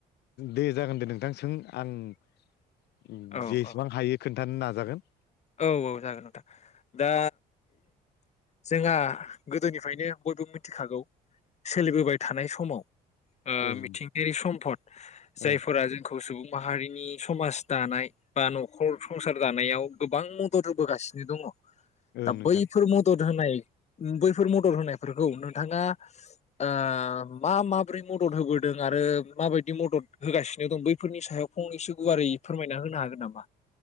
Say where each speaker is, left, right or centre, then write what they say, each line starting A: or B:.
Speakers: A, on the left; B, on the left.
A: दे जागोन दे नोंथां सों आं उम
B: औ
A: जेसेबां
B: औ
A: हायो खोन्थानो ना जागोन
B: औ औ जागोन नोंथां दा जोंहा गोदोनिफ्रायनो बयबो मिथिखागौ सोलिबोबाय थानाय समाव ओ
A: ओं
B: मिथिंगायारि सम्फद जायफोरा
A: ओं
B: जोंखौ सुबुं माहारिनि समाज दानाय बा न'खर संसार दानायाव गोबां मदद होबोगासिनो दङ
A: ओं
B: दा
A: नोंथां
B: बैफोर मदद होनाय बैफोर मदद होनाय फोरखौ नोंथाङा ओ मा माब्रै मदद होबोदों आरो माबायदि मदद होगासिनो दं बैफोरनि सायाव फंनैसो गुवारै फोरमायना होनो हागोन नामा?